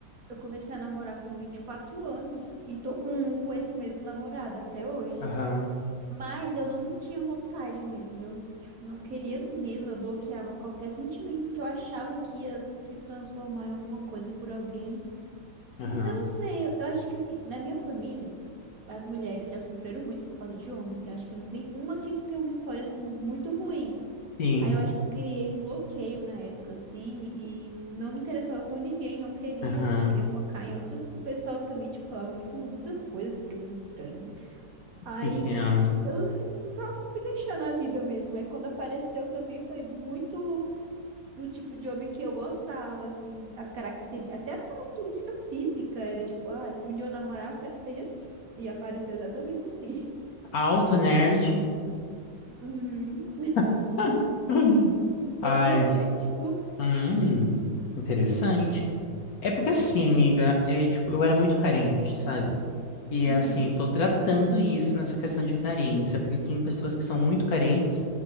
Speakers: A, on the right; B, on the left.
A: eu comecei a namorar com vinte e quatro anos e tô com, com esse mesmo namorado até hoje.
B: Aham,
A: Mas eu não tinha vontade mesmo, eu, tipo, não queria mesmo, eu bloqueava qualquer sentimento que eu achava que ia se transformar em alguma coisa por alguém.
B: aham,
A: Não sei- Eu não sei, eu eu acho que assim, na minha família, as mulheres já sofreram muito por causa de homens, assim, eu acho que não tem uma que não tem uma história, assim, muito ruim.
B: sim,
A: Aí eu acho que eu criei um bloqueio na época, assim, e não me interessava por ninguém, não queria,
B: aham,
A: eu queria focar em outras... co- O pessoal também, tipo, falava muito, muitas coisas pra mim estranhas. Aí
B: entendo.
A: eu <laughs> só fui deixando a vida mesmo, aí quando apareceu também foi muito do tipo de homem que eu gostava, assim, as caracteri... até as características físicas era tipo, ah, se um dia eu namorar, eu quero que seja assim. E apareceu exatamente assim.
B: Alto nerd.
A: <laughs> Uhum.
B: <laughs>
A: Todo
B: Ai,
A: romântico.
B: hum, interessante. É porque
A: Pois
B: assim,
A: é.
B: amiga, é, tipo, eu era muito carente, sabe? E
A: Uhum.
B: assim, eu tô tratando isso nessa questão de carência, porque tem pessoas que são muito carentes,